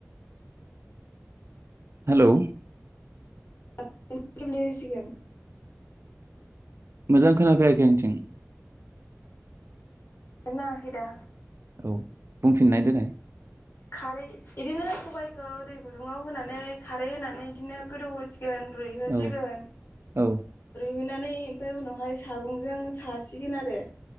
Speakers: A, on the right (about 55°); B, on the left (about 55°).
A: हेलौ
B: <unintelligible> सिगोन
A: मोजां खोनाफैयाखै आंनिथिं
B: नेट नाङाखै दा
A: औ बुंफिननाय देनाय
B: खारै इदिनो सबायखौ दै गुदुङाव होनानै खारै होनानै इदिनो गोदौ रुयहोसिगोन रुयहोसिगोन
A: औ औ
B: होननानै ओमफाय उनावहाय सागंजों सासिगोन आरो